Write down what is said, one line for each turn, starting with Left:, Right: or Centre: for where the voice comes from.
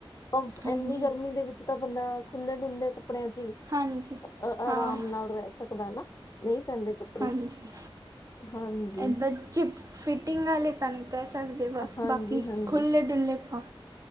Left: ਓਫ
Right: ਹਾਂਜੀ
Left: ਇੰਨੀ ਗਰਮੀ ਦੇ ਵਿੱਚ ਤਾਂ ਬੰਦਾ ਖੁੱਲ੍ਹੇ ਡੁੱਲੇ ਕੱਪੜਿਆਂ ਚ ਈ
Right: ਹਾਂਜੀ
Left: ਅ
Right: ਹਾਂ
Left: ਅਰਾਮ ਨਾਲ ਰਹਿ ਸਕਦੈ ਨਾ। ਨਈ ਪੈਂਦੇ ਕੱਪੜੇ
Right: ਹਾਂਜੀ
Left: ਹਾਂਜੀ।
Right: ਇਦਾਂ ਚਿਪ ਫਿਟਿੰਗ ਆਲੇ ਤਾਂ ਨੀ ਪੈ ਸਕਦੇ ਬਸ
Left: ਹਾਂਜੀ
Right: ਬਾਕੀ
Left: ਹਾਂਜੀ
Right: ਖੁੱਲ੍ਹੇ ਡੁੱਲੇ ਪਾ